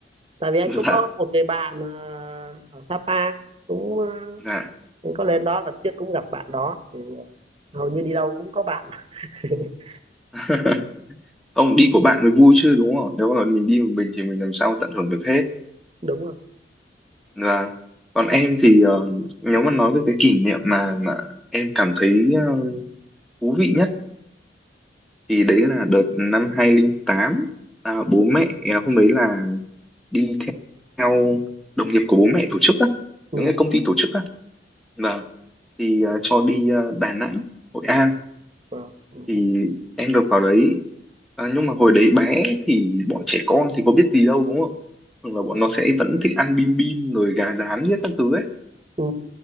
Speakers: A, on the right; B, in the centre.
A: tại vì anh
B: <laughs>
A: cũng có một người bạn à, ở Sapa cũng à,
B: dạ
A: anh có lên đó lần trước cũng gặp bạn đó thì à, hầu như đi đâu cũng có bạn <laughs>
B: dạ ông đi của bạn mới vui chứ đúng không nếu mà mình đi một mình thì mình làm sao tận hưởng được hết
A: đúng rồi
B: và còn em thì ờ, nếu mà nói về cái kỷ niệm mà mà em cảm thấy ờ, thú vị nhất thì đấy là đợt năm 2008 à, bố mẹ à, hôm đấy là đi theo đồng nghiệp của bố mẹ tổ chức á
A: ừ.
B: những cái công ty tổ chức á và thì ờ, cho đi ờ, Đà Nẵng Hội An
A: Wow. Ừ.
B: thì em được vào đấy à, nhưng mà hồi đấy bé thì bọn trẻ con thì có biết gì đâu đúng không thường là bọn nó sẽ vẫn thích ăn bim bim rồi gà rán hết các thứ ấy
A: Ừ.